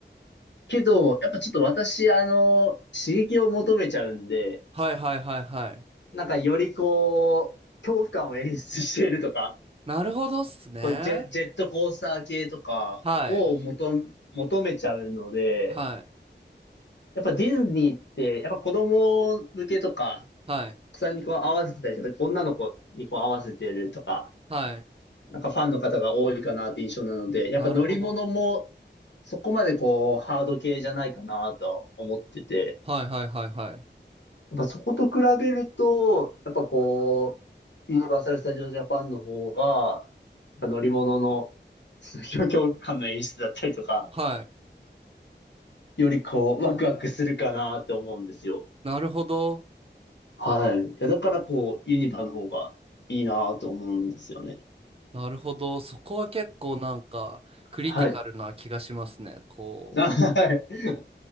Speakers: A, on the left; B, on the right.
A: けど、やっぱちょっと私、あの、刺激を求めちゃうんで、
B: はいはいはいはい。
A: なんかよりこう、恐怖感を演出しているとか、
B: なるほどっすね。
A: こうジェ、ジェットコースター系とかを求、
B: はい。
A: 求めちゃうので、
B: はい。
A: やっぱディズニーって、やっぱ子供向けとか、
B: はい。
A: 草にこう合わせたりとか、女の子にこう合わせてるとか、
B: はい。
A: なんかファンの方が多いかなって印象なので、
B: なるほど。
A: やっぱ乗り物もそこまでこうハード系じゃないかなと思ってて、
B: はいはいはいはい。
A: やっぱそこと比べると、やっぱこう、ユニバーサル・スタジオ・ジャパンの方が、やっぱ乗り物の <laughs>、強強感の演出だったりとか、
B: はい。
A: よりこう、ワクワクするかなって思うんですよ。
B: なるほど。
A: はい。いや、だからこう、ユニバの方がいいなと思うんですよね。
B: なるほど。そこは結構なんかクリティカルな気がしますね。
A: はい。
B: こう。
A: あ、はい。